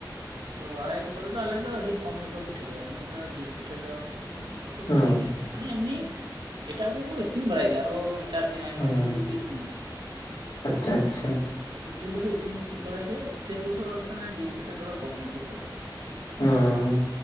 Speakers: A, on the right (about 80°); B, on the left (about 75°).
A: ᱥᱚᱨᱚᱦᱟᱭ ᱠᱚᱨᱮ ᱫᱚ ᱟᱞᱮ ᱫᱚ ᱟᱹᱰᱤ ᱠᱚᱢ ᱜᱮᱠᱚ ᱯᱤᱴᱷᱟᱹ ᱵᱟᱲᱟᱭᱟ ᱩᱱᱟᱹᱜ ᱫᱚ ᱡᱤᱞ ᱯᱤᱴᱷᱟᱹ ᱫᱚ
B: ᱦᱮᱸ
A: ᱯᱤᱴᱷᱟᱹᱭ ᱜᱮᱭᱟ ᱢᱟᱱᱮ ᱮᱢᱱᱤ ᱮᱴᱟᱜ ᱠᱚᱠᱚ ᱤᱥᱤᱱ ᱵᱟᱲᱟᱭ ᱜᱮᱭᱟ ᱟᱨᱚ ᱮᱴᱟᱜ ᱡᱮ ᱟᱭᱢᱟ
B: ᱦᱮᱸ
A: ᱡᱤᱱᱤᱥ ᱜᱮᱠᱚ ᱤᱥᱤᱱᱟ
B: ᱟᱪᱪᱷᱟ ᱟᱪᱪᱷᱟ
A: ᱤᱥᱤᱱ ᱫᱚᱠᱚ ᱤᱥᱤᱱ ᱵᱟᱲᱟᱭ ᱜᱮᱭᱟ ᱯᱤᱴᱷᱟᱹ ᱠᱚᱫᱚ ᱡᱤᱞ ᱯᱤᱴᱷᱟᱹ ᱛᱷᱚᱲᱟ ᱠᱚᱢ ᱧᱚᱜ ᱠᱚ ᱠᱚᱨᱟᱣ ᱜᱮᱭᱟ ᱾
B: ᱦᱚᱸ